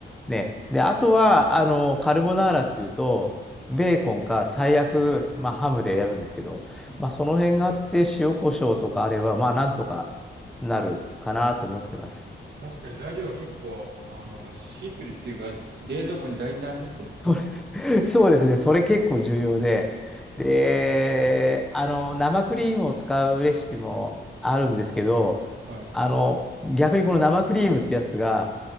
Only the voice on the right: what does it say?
うん
確かに材料は結構、あの、シンプルっていうか、冷蔵庫に大体入ってますもんね。
はい。